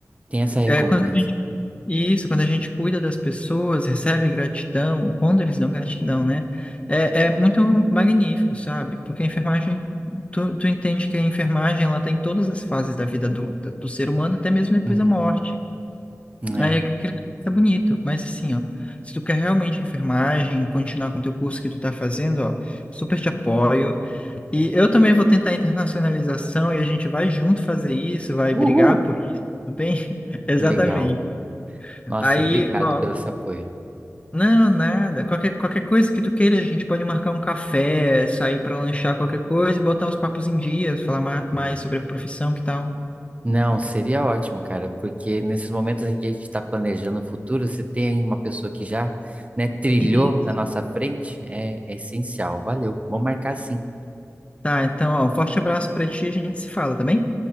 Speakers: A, on the right (about 25°); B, on the left (about 25°).
A: Tem essa recompensa,
B: É, quando a gente
A: né?
B: E Isso, quando a gente cuida das pessoas, recebe gratidão, quando eles dão gratidão, né? É, é muito magnífico, sabe? Porque a enfermagem, tu, tu entende que a enfermagem, ela tá em todas as fases da vida do, da- do ser humano, até mesmo depois
A: Uhum.
B: da morte.
A: É.
B: Aí é aquele é bonito, mas assim, ó, se tu quer realmente enfermagem, continuar com o teu curso que tu tá fazendo, ó, super te apoio. E eu também vou tentar internacionalização e a gente vai junto fazer isso, vai
A: Uhul!
B: brigar por isso, tudo bem? <laughs> Exatamente.
A: Legal. Nossa,
B: Aí,
A: obrigado
B: ó,
A: pelo seu apoio.
B: não, nada. Qualquer, qualquer coisa que tu queira, a gente pode marcar um café, sair pra lanchar qualquer coisa e botar os papos em dia, falar ma-
A: Hum.
B: mais sobre a profissão, que tal?
A: Não, seria ótimo, cara, porque nesses momentos em que a gente está planejando o futuro, você tem uma pessoa que já, né, trilhou
B: Isso.
A: na nossa frente, é, é essencial. Valeu, vamos marcar sim.
B: Tá, então, ó, um forte abraço pra ti, a gente se fala, tá bem?